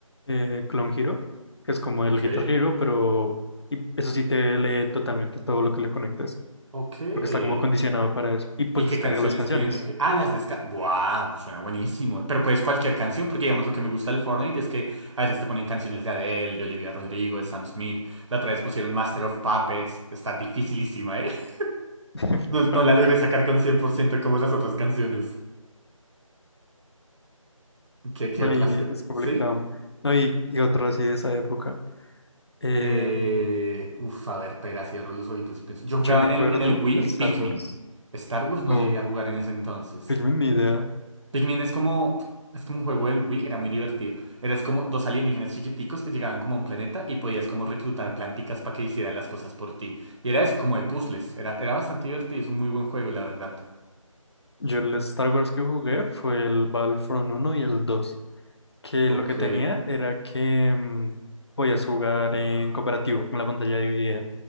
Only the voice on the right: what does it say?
Ok,
ok.
¿Y qué
canciones
tiene? Okay. Ah, las descargas. ¡Buah! Pues Suena buenísimo. Pero puedes cualquier canción, porque digamos lo que me gusta del Fortnite es que a veces te ponen canciones de Adele, de Olivia Rodrigo, de Sam Smith. La otra vez pusieron Master of Puppets. Está dificilísima, ¿eh? <laughs>
No, no la logré sacar con 100% como las otras canciones. ¿Qué, qué
otras?
que-
¿Sí?
Eh... Uf, a ver, pera, cierro los ojitos y pienso. Yo
jugaba
en
el, en el Wii
Pikmin.
Star Wars no
llegué a jugar en ese entonces.
Pikmin es como, es como un juego del Wii, era muy divertido. Eras como dos alienígenas chiquiticos que llegaban como a un planeta y podías como reclutar planticas para que hicieran las cosas por ti. Y era eso, como de puzzles. Era, era bastante divertido, es un muy buen juego, la verdad.
Ok.